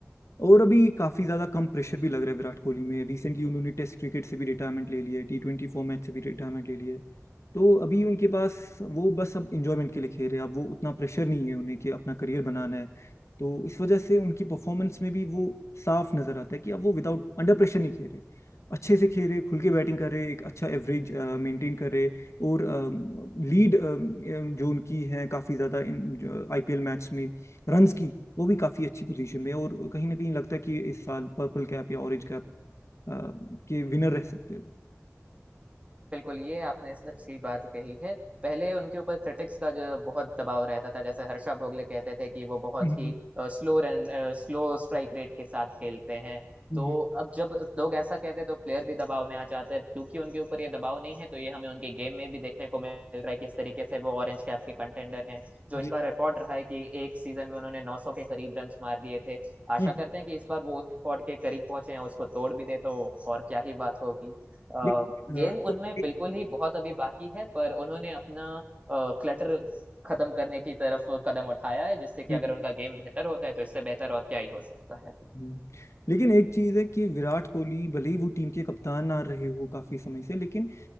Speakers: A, on the left; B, on the right.
A: और अभी काफी ज्यादा कम प्रेशर भी लग रहा है विराट कोहली में रिसेंटली उन्होंने टेस्ट क्रिकेट से भी रिटायरमेंट ले लिया है टी ट्वेंटी फॉर्मेट से भी रिटायरमेंट ले लिया है तो अभी उनके पास वो बस अब इंजॉयमेंट के लिए खेल रहे हैं अब वो उतना प्रेशर नहीं है उन्हें कि अपना करियर बनाना है तो इस वजह से उनकी परफॉर्मेंस में भी वो साफ नजर आता है कि अब वो विदाउट अंडर प्रेशर नहीं खेल रहे अच्छे से खेल रहे खुल के बैटिंग कर रहे एक अच्छा एवरेज मेंटेन कर रहे और लीड जो उनकी है काफ़ी ज़्यादा इन आईपीएल मैच में रन्स की वो भी काफ़ी अच्छी पोजीशन में है और कहीं ना कहीं लगता है कि इस साल पर्पल कैप या ऑरेंज कैप आ, के विनर रह सकते हो
B: बिल्कुल, ये आपने इस अच्छी बात कही है। पहले उनके ऊपर क्रिटिक्स का जो बहुत दबाव रहता था, जैसे हर्षा भोगले कहते थे कि वो बहुत
A: हम्म,
B: ही अ, स्लो रन अ, स्लो स्ट्राइक रेट के साथ खेलते हैं।
A: हम्म,
B: तो अब जब लोग ऐसा कहते हैं तो प्लेयर भी दबाव में आ जाते हैं। क्योंकि उनके ऊपर ये दबाव नहीं है तो ये हमें उनके गेम में भी देखने को मिल रहा है किस तरीके से वो ऑरेंज कैप के कंटेंडर हैं। जो इनका
A: जी
B: रिकॉर्ड रहा है कि 1 सीज़न में उन्होंने 900 के करीब रन्स मार दिए थे। आशा
A: हम्म,
B: करते हैं कि इस बार वो उस रिकॉर्ड के करीब पहुँचे हैं, उसको तोड़ भी दें तो और क्या ही बात होगी। अ,
A: लेकिन अ,
B: गेम उनमें
A: एक-
B: बिल्कुल ही बहुत अभी बाकी है पर उन्होंने अपना क्लटर खत्म करने की तरफ कदम उठाया है जिससे कि
A: जी,
B: अगर उनका गेम बेहतर होता है तो इससे बेहतर और क्या ही हो सकता है
A: हम्म। लेकिन एक चीज है कि विराट कोहली भले ही वो टीम के कप्तान ना रहे हो काफी समय से लेकिन